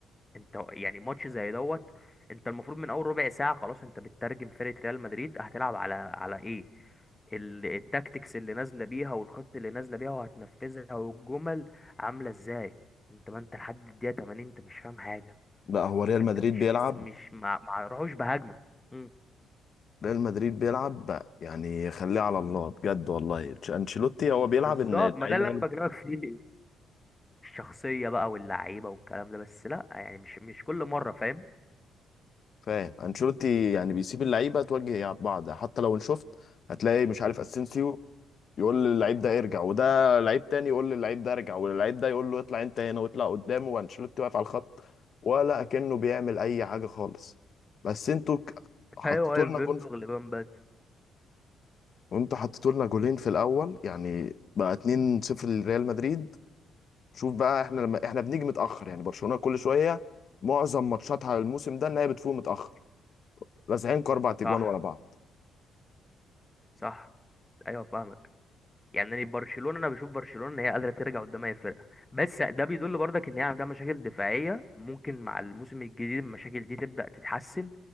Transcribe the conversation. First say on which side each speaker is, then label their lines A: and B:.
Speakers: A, on the left (about 15°); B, on the left (about 50°).
A: انت يعني ماتش زي دوت انت المفروض من اول ربع ساعه خلاص انت بتترجم فرقه ريال مدريد هتلعب على على ايه ال- التاكتكس اللي نازله بيها والخطه اللي نازله بيها وهتنفذها والجمل عامله ازاي انت ما انت لحد الدقيقه 80 انت مش فاهم حاجه
B: لا هو ريال
A: ده
B: مدريد
A: انت مش
B: بيلعب
A: مش مش ما ما راحوش بهجمه امم
B: ريال مدريد بيلعب بقى يعني خليه على الله بجد والله تش- انشيلوتي هو بيلعب
A: بالظبط
B: ان اللعيبه
A: ما ده اللي
B: هي
A: انا
B: اللي
A: بكلمك <laughs> فيه الشخصيه بقى واللعيبه والكلام ده بس لا يعني مش مش كل مره فاهم
B: فاهم انشيلوتي يعني بيسيب اللعيبه توجه بعض حتى لو ان شفت هتلاقي مش عارف اسينسيو يقول للعيب ده ارجع وده لعيب تاني يقول للعيب ده ارجع واللعيب ده يقول له اطلع انت هنا واطلع قدامه وانشيلوتي واقف على الخط ولا كأنه بيعمل اي حاجه خالص بس انتوا ك- حطيتوا
A: ايوه واقف
B: لنا
A: بيمضغ
B: جول
A: لبان بات
B: وانتوا حطيتوا لنا جولين في الاول يعني بقى 2-0 لريال مدريد شوف بقى احنا لما احنا بنيجي متاخر يعني برشلونه كل شويه معظم ماتشاتها الموسم ده ان هي بتفوق متاخر لازعين اربع تجوان
A: صح
B: ورا بعض
A: صح ايوه فاهمك يعني أنا برشلونه انا بشوف برشلونه ان هي قادره ترجع قدام اي فرقه بس ده بيدل برضك ان هي عندها مشاكل دفاعيه ممكن مع الموسم الجديد المشاكل دي تبدا تتحسن